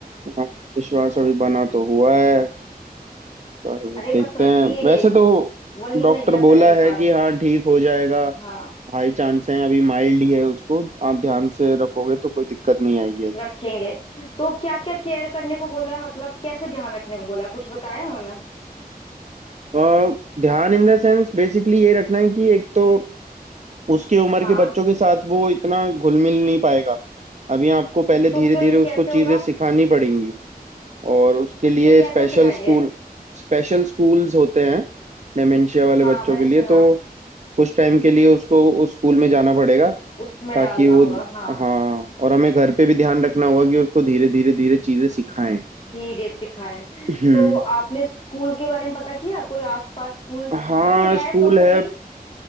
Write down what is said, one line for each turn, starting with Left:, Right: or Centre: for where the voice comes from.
Right: हाँ, विश्वास अभी बना तो हुआ है पर
Left: अरे
Right: देखते
Left: बस रखिए
Right: हैं वैसे तो
Left: वही
Right: डॉक्टर
Left: नैया
Right: बोला
Left: करेंगे
Right: है
Left: पार
Right: कि हाँ ठीक हो जाएगा
Left: हाँ
Right: हाई चांस है अभी माइल्ड ही है उसको आप ध्यान से रखोगे तो कोई दिक्कत नहीं आएगी ऐसी
Left: रखेंगे तो क्या क्या केयर करने को बोला है मतलब कैसे ध्यान रखने को बोला है कुछ बताया उन्होंने
Right: अ, ध्यान इन द सेंस बेसिकली ये रखना है कि एक तो उसकी उम्र
Left: हाँ
Right: के बच्चों के साथ वो इतना घुल मिल नहीं पाएगा अभी आपको पहले धीरे
Left: तो फिर
Right: धीरे उसको
Left: कैसे
Right: चीजें
Left: होगा
Right: सिखानी पड़ेंगी और उसके लिए
Left: तो कैसे
Right: स्पेशल
Left: सिखाएंगे
Right: स्कूल स्पेशल स्कूल्स होते हैं डेमेंशिया वाले
Left: हाँ
Right: बच्चों
Left: मैंने
Right: के
Left: सुना
Right: लिए तो
Left: है,
Right: कुछ टाइम के लिए उसको उस स्कूल में जाना पड़ेगा
Left: उसमें
Right: ताकि
Left: डालना
Right: वो
Left: होगा हाँ
Right: हाँ और हमें घर पे भी ध्यान रखना होगा कि उसको धीरे धीरे धीरे चीजें सिखाएं
Left: धीरे सिखाएं
Right: हम्म
Left: तो आपने स्कूल के बारे में पता किया कोई आसपास स्कूल
Right: हाँ
Left: वैसे
Right: स्कूल
Left: है तो सही
Right: है